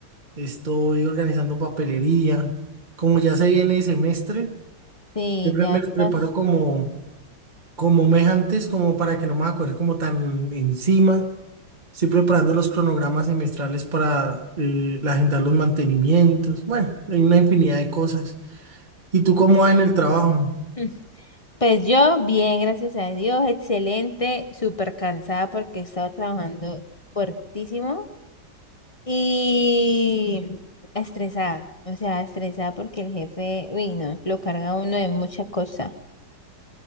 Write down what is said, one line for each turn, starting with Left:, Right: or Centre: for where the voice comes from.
Right: estoy organizando papelería. Como ya se viene el semestre,
Left: Sí,
Right: siempre
Left: ya
Right: me
Left: estás.
Right: preparo como como mes antes, como para que no me acuerde como tan encima. Estoy preparando los cronogramas semestrales para eh, agendar los mantenimientos. Bueno, hay una infinidad de cosas. ¿Y tú cómo vas en el trabajo?
Left: Mm. Pues yo, bien, gracias a Dios, excelente, súper cansada porque estaba trabajando fuertísimo. Y estresada, o sea, estresada porque el jefe, uy, no, lo carga a uno de muchas cosas.